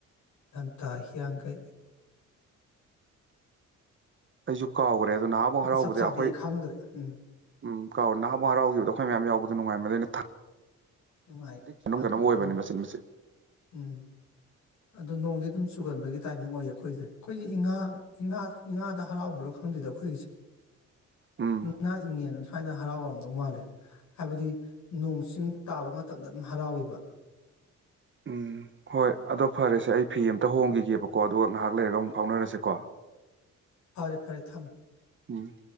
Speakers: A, on the left; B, on the right.
A: ꯂꯝꯇꯥ ꯍꯤꯌꯥꯡꯒꯩ
B: ꯑꯩꯁꯨ ꯀꯥꯎꯈ꯭ꯔꯦ ꯑꯗꯨꯗꯣ ꯅꯍꯥꯕꯣ ꯍꯔꯥꯎꯕꯗ
A: ꯆꯞ ꯆꯥꯕꯤ
B: ꯑꯩꯈꯣꯏ
A: ꯑꯩ ꯈꯪꯗ꯭ꯔꯦ ꯎꯝ
B: ꯎꯝ ꯀꯥꯎ ꯅꯍꯥꯟꯃꯨꯛ ꯍꯔꯥꯎꯈꯤꯕꯗ ꯑꯩꯈꯣꯏ ꯃꯌꯥꯝ ꯌꯥꯎꯕꯗ ꯅꯨꯡꯉꯥꯏꯕꯅꯦ ꯊꯥ
A: ꯅꯨꯡꯉꯥꯏꯌꯦ
B: ꯀ ꯀꯩꯅꯣꯝ ꯀꯩꯅꯣꯝ ꯑꯣꯏꯕꯅꯤ
A: ꯎꯝ
B: ꯃꯆꯤꯠ ꯃꯆꯠ
A: ꯎꯝ ꯑꯗꯨ ꯅꯣꯡꯗꯤ ꯑꯗꯨꯝ ꯆꯨꯒꯟꯕꯒꯤ ꯇꯥꯏꯃꯤꯡ ꯑꯣꯏꯌꯦ ꯑꯩꯈꯣꯏꯁꯦ ꯑꯩꯈꯣꯏꯁꯦ ꯏꯉꯥ ꯏꯉꯥ ꯏꯉꯥꯗ ꯍꯔꯥꯎꯕ꯭ꯔꯥ ꯈꯪꯗꯦꯗ ꯑꯩꯈꯣꯏꯒꯤꯁꯦ
B: ꯎꯝ
A: ꯏꯪꯉꯥ ꯏꯪꯉꯦꯅ ꯁꯨꯋꯥꯏꯗ ꯍꯔꯥꯎꯔꯝꯗꯧ ꯃꯥꯜꯂꯤ ꯍꯥꯏꯕꯗꯤ ꯅꯣꯡ ꯆꯤꯡ ꯇꯥꯕ ꯃꯇꯝꯗ ꯑꯗꯨꯝ ꯍꯔꯥꯎꯋꯦꯕ
B: <unintelligible> ꯎꯝ ꯍꯣꯏ ꯑꯗꯣ ꯐꯔꯦꯁꯦ ꯑꯩ ꯐꯤ ꯑꯃꯝꯇ ꯍꯣꯡꯈꯤꯒꯦꯕꯀꯣ ꯑꯗꯨꯒ ꯉꯥꯏꯍꯥꯛ ꯂꯩꯔꯒ ꯑꯃꯨꯛ ꯐꯥꯎꯅꯔꯁꯦꯀꯣ
A: ꯐꯔꯦ ꯐꯔꯦ ꯊꯝꯃ
B: ꯎꯝ